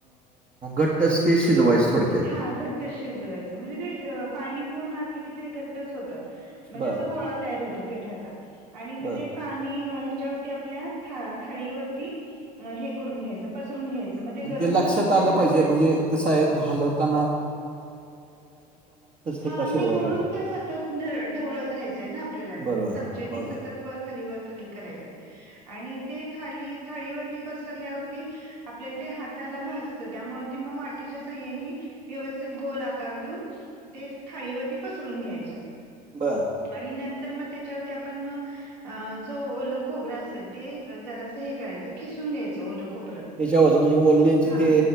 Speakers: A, on the right (about 30°); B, on the right (about 85°).
A: घट्टच ते शिजवायच थोड
B: हा घट्ट शिजवायच. म्हणजे ते पाणी पूर्ण आटलं की ते घट्टच होतं, म्हणजे
A: बरं,
B: अस गोळा तयार होतो पिठाचा. आणि
A: बरं.
B: म ते पाणी ह्याच्यावरती आपल्या, था थाळीवरती हे करून घ्यायचं पसरून घ्यायचं. मग ते
A: पण
B: गरम
A: लक्षात
B: गरम आपल्याला
A: आलं
B: पसराय
A: पाहिजे म्हणजे कसं हाय घालवताना ते
B: हा
A: का
B: नाही,
A: शिजवायला
B: म्हणून
A: पाहिजे.
B: तर सतत ढवळत राहायचंय ना, आपल्याला,
A: बरोबर,
B: चमच्यानी
A: बरोबर.
B: सतत वर खाली वर खाली करायचंय. आणि ते थाली थाळीवरती पसरल्यावरती आपल्याला ते हाताला भाजतं, त्यामुळे ते मग वाटीच्या साहाय्यानी व्यवस्थित गोल आकार देऊन ते थाळीवरती पसरून घ्यायचं.
A: बर.
B: आणि नंतर मग त्याच्यावरती आपण अ जो ओलं खोबरं असतं, ते जरासं हे करायचं, खिसून घ्यायचं ओल खोबरं.
A: त्याच्यावर म्हणजे ओलेच
B: हा
A: ते